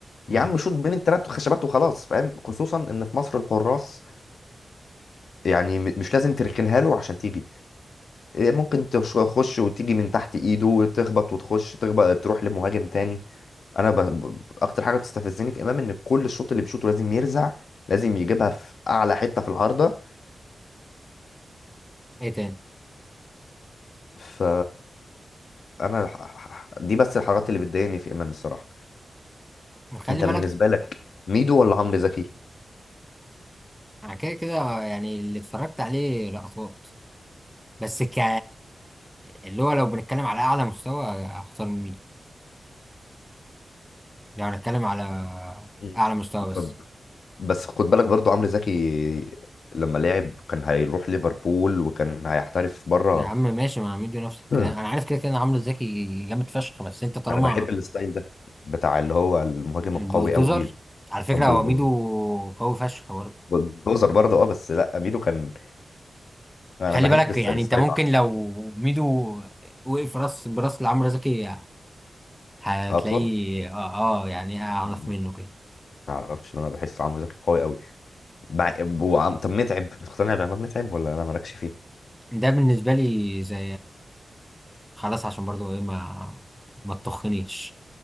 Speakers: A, in the centre; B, on the left.
A: نعم.
B: يا عم شوط بين التلات خشبات وخلاص فاهم خصوصا ان في مصر الحراس يعني م- مش لازم تركنها له عشان تيجي إيه، ممكن تش- تخش وتيجي من تحت ايده وتخبط وتخش تخبط تروح لمهاجم تاني انا ب... ب... اكتر حاجه بتستفزني في امام ان كل الشوط اللي بيشوطه لازم يرزع لازم يجيبها في اعلى حته في العارضه
A: ايه تاني
B: ف انا ح- ح- ح- دي بس الحاجات اللي بتضايقني في امام الصراحه
A: خلي
B: انت
A: بالك
B: بالنسبه لك ميدو ولا عمرو زكي
A: انا كده كده يعني اللي اتفرجت عليه لقطات بس ك اللي هو لو بنتكلم على اعلى مستوى اختار مين لو هنتكلم على
B: مم.
A: اعلى مستوى بس
B: طب بس خد بالك برضو عمرو زكي لما لعب كان هيروح ليفربول وكان هيحترف بره
A: يا عم ماشي ما ميدو نفس الكلام
B: مم.
A: انا عارف كده كده ان عمرو الزكي جامد فشخ بس انت طالما
B: انا بحب الستايل ده بتاع اللي هو المهاجم
A: البولدوزر
B: القوي قوي
A: على فكره
B: البلدوزر
A: هو ميدو قوي فشخ برضه
B: بلدوزر برضه اه بس لا ميدو كان انا
A: خلي
B: بحب
A: بالك
B: الست-
A: يعني
B: الستايل
A: انت ممكن لو ميدو وقف راس براس لعمرو زكي هتلاقيه
B: اطول
A: اه, آه يعني اعرف
B: مم.
A: منه كده
B: ما اعرفش انا بحس عمرو زكي قوي قوي مع... وعم... طب متعب بتقتنع بعماد متعب ولا انا مالكش فيه
A: ده بالنسبه لي زي خلاص عشان برضو ايه ما ما تطخنيش